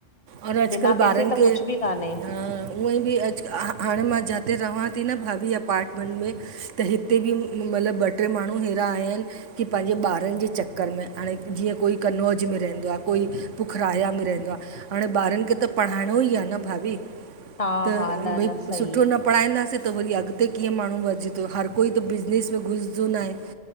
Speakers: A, on the right (about 80°); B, on the left (about 30°).
A: और अॼकल्ह
B: बिना पैसे
A: ॿारनि
B: त
A: खे
B: कुछ बि कान्हे
A: उएं बि अॼुकल्ह हाणे मां जाते रहां थी न भाभी अपार्टमेंट में त हिते बि मतलबु ॿ टे माण्हू हेड़ा आया आहिनि की पंहिंजे ॿारनि जे चक्कर में हाणे जीअं कोई कनौज में रहंदो आ, कोई पुखराया में रहंदो आ हाणे ॿारनि खे त पढ़ाइणो ई आ न भाभी
B: हा
A: त
B: हा न
A: भई
B: न सही
A: सुठो न पढ़ाईंदासीं त वरी अॻिते कीअं माण्हू वधे थो हर कोई त बिज़नेस में घुसंदो नाहे